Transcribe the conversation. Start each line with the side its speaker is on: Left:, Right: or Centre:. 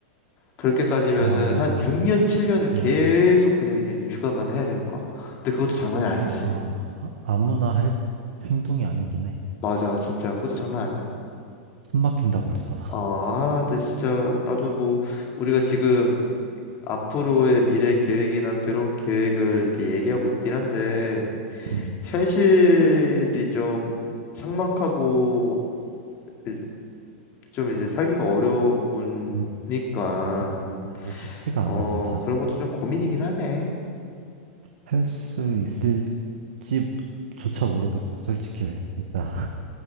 Left: 그렇게 따지면은
Right: 어,
Left: 한 6년, 7년을
Right: 그치.
Left: 계속 그냥 이제 육아만 해야 되는 거야 근데 그것도 장난이
Right: 그쵸?
Left: 아니지
Right: 어, 아무나 할 행동이 아니긴 해.
Left: 맞아, 진짜 그것도 장난 아니야.
Right: 숨 막힌다 벌써.
Left: 어, 아, 근데 진짜 나도 뭐 우리가 지금 앞으로의 미래 계획이나 결혼 계획을 이렇게 얘기하고 있긴 한데
Right: 응,
Left: 현실이 좀 삭막하고 이- 좀 이제 살기가 어려우니까
Right: 응, 맞아. 아, 이게 쉽지가
Left: 어,
Right: 않아, 진짜로.
Left: 그런 것도 좀 고민이긴 하네.
Right: 할 수 있을지조차 모르겠어, 솔직히. 진짜.